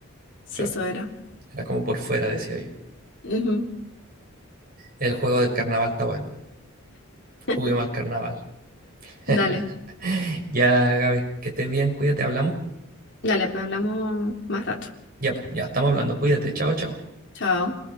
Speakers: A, on the left; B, on the right.
A: Sí,
B: claro,
A: eso era.
B: era como por fuera, decía yo.
A: Ujú.
B: El juego del carnaval está bueno. Juguemos
A: <laughs>
B: al carnaval. <laughs>
A: Dale,
B: Ya, Gaby, que estés bien, cuídate, hablamos.
A: dale, pues hablamos más rato.
B: Ya, pues, ya estamos hablando, cuídate, chao, chao.
A: Chao.